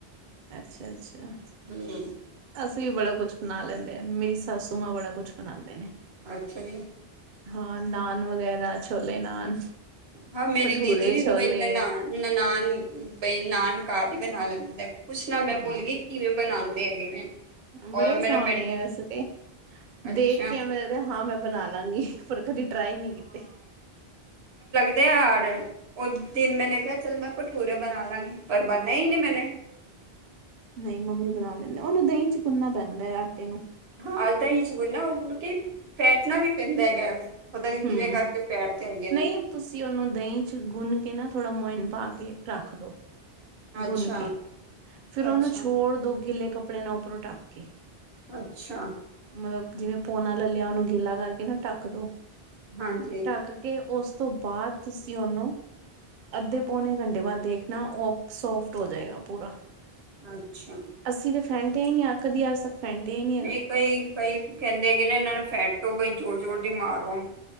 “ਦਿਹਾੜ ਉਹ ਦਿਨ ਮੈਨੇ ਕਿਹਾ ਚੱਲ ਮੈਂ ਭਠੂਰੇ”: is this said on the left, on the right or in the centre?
Right